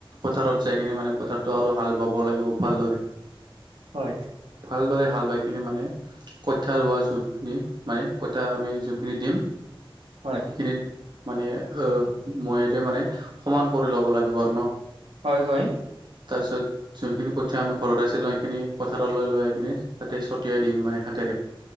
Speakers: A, on the right; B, on the right.
A: পথাৰত যাই কিনে মানে পথাৰটো আৰু হাল বাব লাগিব ভালদৰে।
B: হয়।
A: ভালদৰে হাল বাই কিনে মানে কঠিয়া ৰোৱা যোনখিনি, মানে কঠীয়া আমি যোনখিনি দিম।
B: হয়।
A: খিনিত মানে আহ, মই এতিয়া মানে সমান কৰি ল'ব লাগিব আৰু ন।
B: হয় হয়।
A: তাৰপিছত যোনখিনি কঠিয়া আমি ঘৰত আছিল নহয়, সেইখিনি পথাৰলৈ লৈ আহি কিনে, তাতে ছটিয়াই দিম মানে হাতেদি।